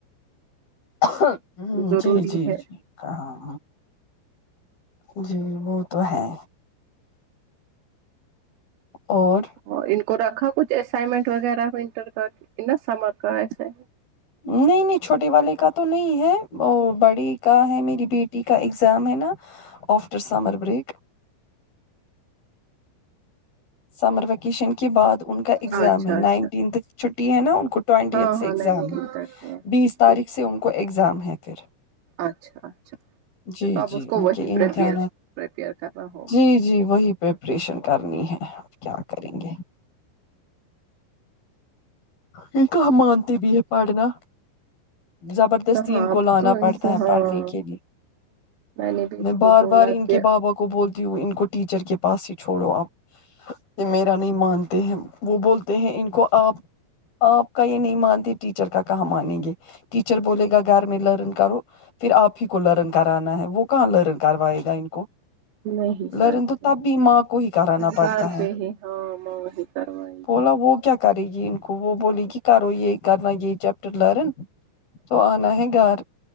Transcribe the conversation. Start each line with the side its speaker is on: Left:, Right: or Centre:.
Left: ہمم
Right: ضروری
Left: جی جی
Right: ہے
Left: جی ہاں ہ جی وہ تو ہے اور
Right: اور ان کو رکھا کچھ اسائنمنٹ وغیرہ ونٹر کا نا سمر کا ایسے
Left: نہیں نہیں چھوٹے والے کا تو نہیں ہے وہ بڑی کا ہے میری بیٹ ٹی کا ایگزام ہے نا after summer break summer vacation کے بعد ان کا ایگزام
Right: اچھا
Left: ہے
Right: اچھا
Left: نائنٹیتھ چھٹی ہے نا ان کو ٹیونٹیت
Right: ہاں
Left: سے
Right: ہاں
Left: ایگزام
Right: نائنٹین
Left: ہے
Right: تک ہے
Left: بیس
Right: چھٹی
Left: تاریخ سے ان کو ایگزام ہے پھر
Right: اچھا اچھا
Left: جی
Right: تو آپ
Left: جی
Right: اس کو
Left: ان
Right: وہی
Left: کے امتحانات
Right: پپیئر پریپیئر کرنا ہوگا
Left: جی جی وہی پریپریشن کرنی ہے کیا کریں گے یہ کہاں مانتے بی ہے پڑھنا زبردستی
Right: کہاں
Left: ان
Right: اب
Left: کو لانا
Right: تو ان
Left: پڑتا
Right: کو
Left: ہے
Right: ہاں
Left: پڑھنے کے لیے
Right: نے بھی اس
Left: میں
Right: کو
Left: بار
Right: بولا
Left: بار ان
Right: کہ
Left: کے بابا کو بولتی ہوں ان کو ٹیچر کے پاس ہی چھوڑو آپ یہ میرا نہیں مانتے ہیں وہ بولتے ہیں ان کو آپ آپ کا یہ نہیں مانتے ٹیچر کا کہاں مانیں گے ٹیچر بولے گا گھر میں لرن کرو پھر آپ ہی کو لرن کرانا ہے وہ کہاں لرن کروائے گا ان کو
Right: نہیں سچ
Left: لرن تو
Right: میں
Left: تب بھی ماں کو ہی کرانا پڑتا
Right: گھر
Left: ہے
Right: پہ ہی ہاں ماں وہی کروائی
Left: بولا وہ کیا کرے گی ان کو وہ بولے گی کرو یہ کرنا یہ چیپٹر لرن تو آنا ہے گھر